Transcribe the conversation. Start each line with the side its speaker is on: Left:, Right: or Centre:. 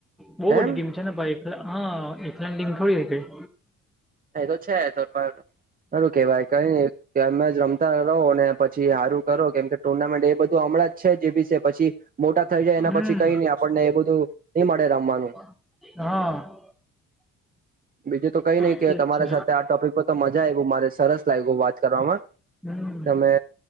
Centre: બહુ બધી
Right: એમ
Centre: ટીમ છે ને ભાઈ હ એટલાની ટીમ થોડી હોય કેઈ
Right: એ તો છે તો પણ સારું કેવાય કને અમે જ રમતા રહો પછી હારું કરો કેમ કે ટુર્નામેન્ટ એ બધું હમણાંજ છે જે બી છે પછી મોટા થઈ જાય એના
Centre: હમ
Right: પછી કઈ નહી આપણને એ બધું નઈ મળે રમવાનું.
Centre: હા.
Right: બીજું તો કઈ નઈ કે
Centre: ઠીક
Right: તમારા
Centre: છે
Right: સાથે આ ટોપિક પર તો મજા આવ મારે સરસ લાગ્યું વાત કરવામાં
Centre: હમ
Right: તમે